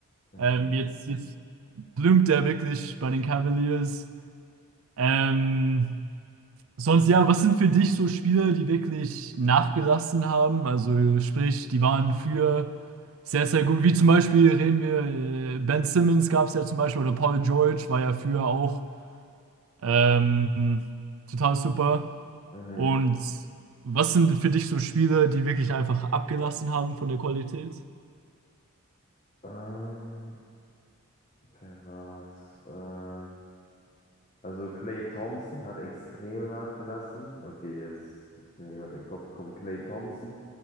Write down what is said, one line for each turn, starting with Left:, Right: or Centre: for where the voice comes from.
Left: Mhm.
Right: Ähm, jetzt, jetzt blümt er wirklich bei den Cavaliers. Ähm, Sonst ja, was sind für dich so Spiele, die wirklich nachgelassen haben? Also sprich, die waren für sehr, sehr gut. Wie zum Beispiel reden wir, äh, Ben Simmons gab es ja zum Beispiel oder Paul George war ja früher auch ähm, total super.
Left: Mhm.
Right: Und was sind für dich so Spiele, die wirklich einfach abgelassen haben von der Qualität?
Left: Ähm, wer war's? Äh, Also Klay Thompson hat extrem nachgelassen. Okay, jetzt ist mir jemand in den Kopf gekommen. Klay Thompson